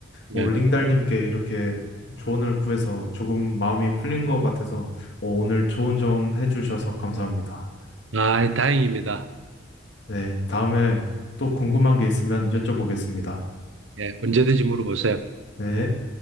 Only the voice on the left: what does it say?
어, 링달님께 이렇게 조언을 구해서 조금 마음이 풀린 것 같아서, 어, 오늘 좋은 조언 해주셔서 감사합니다.
네, 다음에 또 궁금한 게 있으면 여쭤보겠습니다.
네.